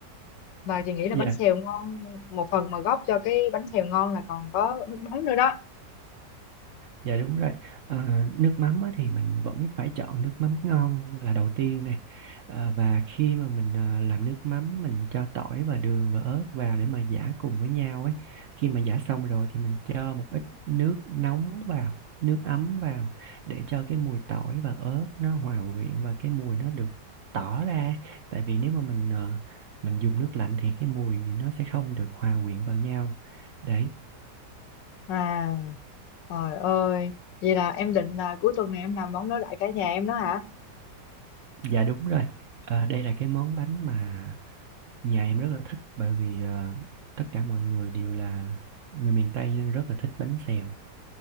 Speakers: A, on the left (about 85°); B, on the right (about 60°).
A: và chị nghĩ là
B: dạ
A: bánh xèo ngon một phần mà góp cho cái bánh xèo ngon là còn có nước mắm nữa đó
B: Dạ đúng rồi. Ờ, nước mắm á, thì mình vẫn phải chọn nước mắm ngon là đầu tiên này. Ờ, và khi mà mình ờ, làm nước mắm mình cho tỏi và đường và ớt vào để mà giã cùng với nhau ấy. Khi mà giã xong rồi thì mình cho một ít nước nóng vào, nước ấm vào để cho cái mùi tỏi và ớt nó hòa quyện và cái mùi nó được tỏ ra. Tại vì nếu mà mình ờ, mình dùng nước lạnh thì cái mùi nó sẽ không được hòa quyện vào nhau. Đấy,
A: à trời ơi vậy là em định là cuối tuần này em làm món đối lại cả nhà em đó hả
B: dạ đúng rồi. Ờ, đây là cái món bánh mà Nhà em rất là thích bởi vì ờ, tất cả mọi người đều là người miền Tây nên rất là thích bánh xèo.